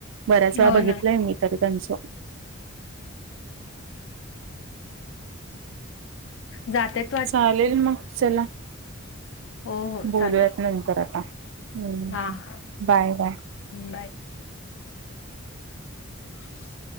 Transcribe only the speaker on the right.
बऱ्याच वेळा
बघितलंय
मी तरी त्यांचं.
चालेल मग चला,
बोलूयात
नंतर आता. हम्म,
बाय बाय.